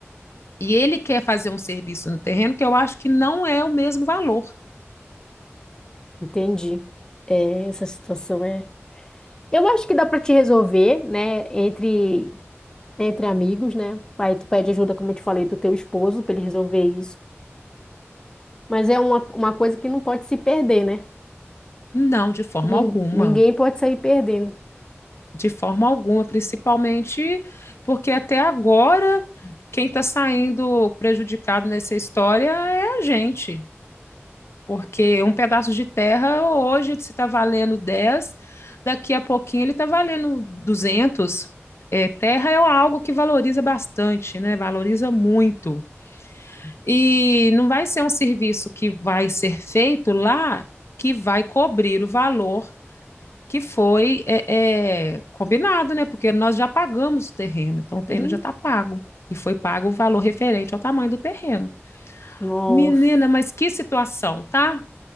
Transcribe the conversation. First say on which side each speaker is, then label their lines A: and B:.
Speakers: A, on the left; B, on the left.
A: E ele quer fazer um serviço no terreno que eu acho que não é o mesmo valor.
B: Entendi. É, essa situação é... Eu acho que dá pra te resolver, né? Entre... Entre amigos, né? Aí tu pede ajuda, como eu te falei, do teu esposo pra ele resolver isso. Mas é uma, uma coisa que não pode se perder, né?
A: Não, de forma
B: Nin-
A: alguma.
B: Ninguém pode sair perdendo.
A: De forma alguma, principalmente porque até agora quem está saindo prejudicado nessa história é a gente. Porque um pedaço de terra hoje se está valendo 10, daqui a pouquinho ele está valendo 200. É, terra é algo que valoriza bastante, né? Valoriza muito. E não vai ser um serviço que vai ser feito lá que vai cobrir o valor que foi é, é, combinado, né? Porque nós já pagamos o terreno, então o terreno
B: Ih.
A: já está pago. E foi pago o valor referente ao tamanho do terreno.
B: Nossa,
A: Menina, mas que situação, tá?